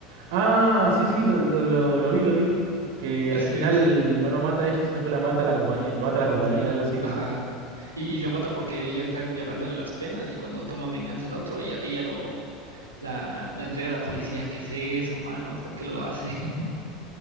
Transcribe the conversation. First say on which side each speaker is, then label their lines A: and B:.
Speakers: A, on the right; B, on the right.
A: Ah, sí, sí, lo, lo, lo, lo vi, lo vi. Que
B: <laughs> Ese
A: al final
B: es-
A: no lo mata ella, sino que la mata la compañía, lo mata la compañera,
B: lo-
A: algo así, ¿no?
B: ajá. Y, y lo mata porque ella está llorándole las penas y cuando toma venganza al otro, ella, ella lo, la, la entrega a la policía. ¿Qué es eso, mano? ¿Por qué lo hace? <laughs>